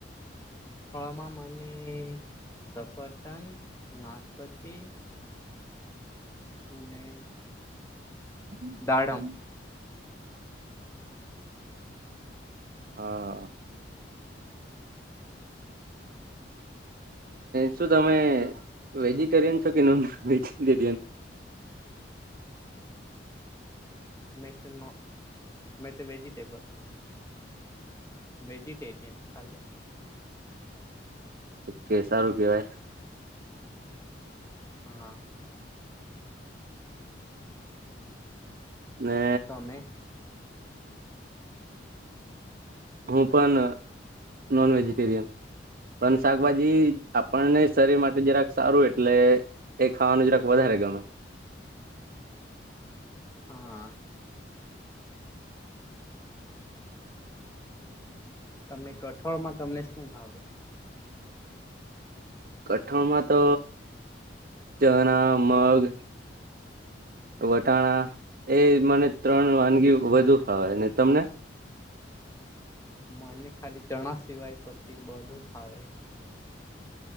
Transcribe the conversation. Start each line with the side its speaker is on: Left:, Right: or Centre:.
Left: <unintelligible> મને <unintelligible> નાશપતિ ને.
Right: <unintelligible>
Left: દાડમ
Right: હા. શું તમે વેજીટેરિયન છો કે નોન વેગ્ટેરિયન?
Left: <unintelligible> મે વેજીટેબલ વેજિટેરિયન ખાલી.
Right: ઓકે સારું કેવાય.
Left: હા.
Right: ને
Left: તમે
Right: હું પણ નોન વેજીિટેરિયન, પણ શાકભાજી આપણને શરીર માટે જરાક સારું એટલે એ ખાવાનું જરાક વધારે ગમે.
Left: હા. તમે કઠોળમાં તમને શું ભાવે?
Right: કઠોણમાં તો, ચણા મગ, વટાણા એ મને ત્રણ વાનગી વધુ ખાવાય ને તમને?
Left: મને ખાલી ચણા સિવાય પછી બધું ફાવે.